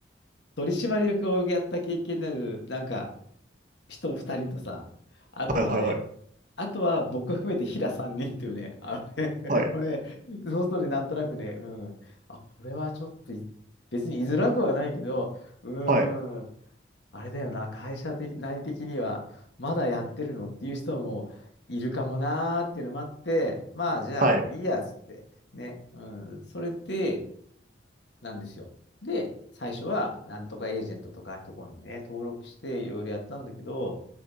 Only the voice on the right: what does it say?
はい、はい、は
い、
はい、
はい、はい、